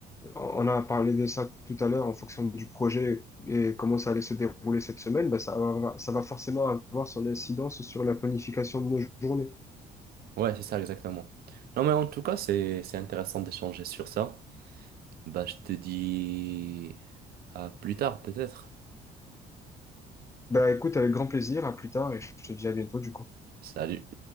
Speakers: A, on the left; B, on the right.
A: on a parlé de ça tout à l'heure en fonction du projet et comment ça allait se dérouler cette semaine. Ben ça va, ça va forcément avoir son incidence sur la planification de nos journées.
B: Ouais, c'est ça exactement. Non mais en tout cas, c'est c'est intéressant d'échanger sur ça. Bah, je te dis à plus tard peut-être.
A: Ben écoute, avec grand plaisir, à plus tard et je te dis à bientôt du coup.
B: Salut.